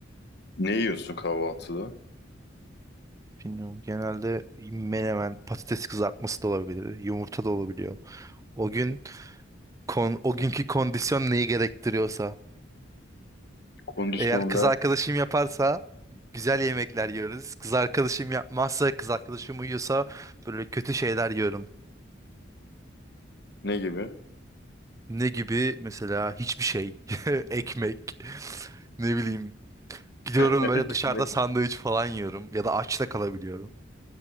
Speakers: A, on the left; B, on the right.
A: Ne yiyorsun kahvaltıda?
B: Bilmiyorum. Genelde menemen, patates kızartması da olabilir. Yumurta da olabiliyor. O gün kon, o günkü kondisyon neyi gerektiriyorsa.
A: Kondisyon
B: Eğer kız
A: derken
B: arkadaşım yaparsa güzel yemekler yiyoruz. Kız arkadaşım yapmazsa, kız arkadaşım uyuyorsa böyle kötü şeyler yiyorum.
A: ne gibi?
B: Ne gibi? Mesela hiçbir şey. <laughs> Ekmek. Ne bileyim. Gidiyorum
A: <laughs>
B: böyle dışarıda sandviç falan yiyorum. Ya da aç da kalabiliyorum.